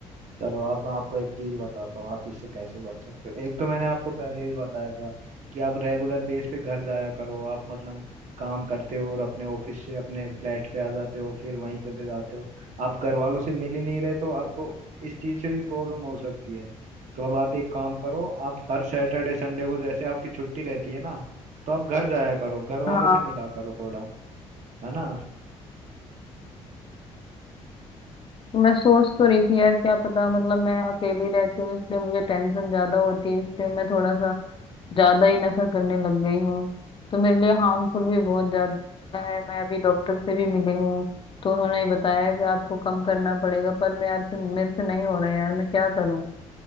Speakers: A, on the right; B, on the left.
A: चलो अब मैं आपको एक चीज बताता हूँ आप इससे कैसे बच सकते हो एक तो मैंने आपको पहले भी बताया था कि आप रेगुलर बेस पे घर जाया करो आप मतलब काम करते हो और अपने ऑफिस से अपने फ्लैट पे आ जाते हो फिर वहीं चले जाते हो आप घर वालों से मिल ही नहीं रहे तो आपको इस चीज से भी प्रॉब्लम हो सकती है तो अब आप एक काम करो आप हर सैटरडे संडे को जैसे आपकी छुट्टी रहती है ना तो आप घर जाया करो घर वालों
B: हाँ
A: से मिला करो थोड़ा है ना
B: मैं सोच तो रही थी यार क्या पता मतलब मैं अकेली रहती हूँ इसलिए मुझे टेंशन ज्यादा होती है इसलिए मैं थोड़ा सा ज्यादा ही नशा करने लग गई हूँ तो मेरे लिए हार्मफुल भी बहुत ज्यादा है मैं अभी डॉक्टर से भी मिली हूँ तो उन्होंने ही बताया है कि आपको कम करना पड़ेगा पर मैं यार से, मेरे से नहीं हो रहा है यार मैं क्या करूँ